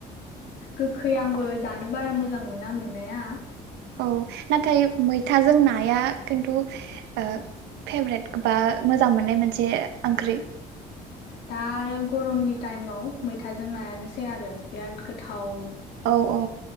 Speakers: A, on the left (about 75°); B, on the right (about 85°).
A: गोखै आंबो जानो बारा मोजां मोना मोननाया।
B: औ नाथाय मैथाजों ना नाया खिनतु ओ फेभरित बा मोजां मोननाय मोनै जे ओंख्रि
A: दा आरो गरमनि टाइमाव मैथाजों नायानोसै आरो बिराद गोथाव।
B: औ औ